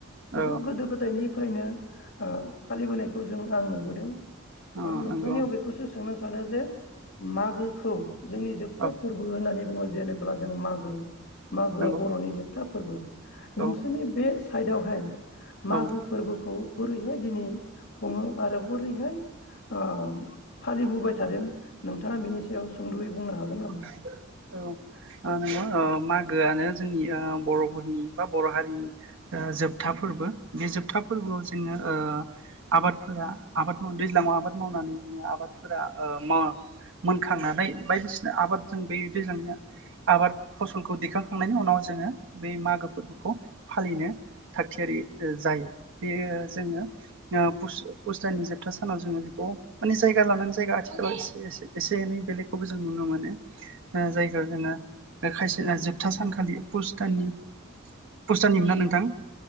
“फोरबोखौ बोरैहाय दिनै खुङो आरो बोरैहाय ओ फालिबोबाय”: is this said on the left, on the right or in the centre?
Left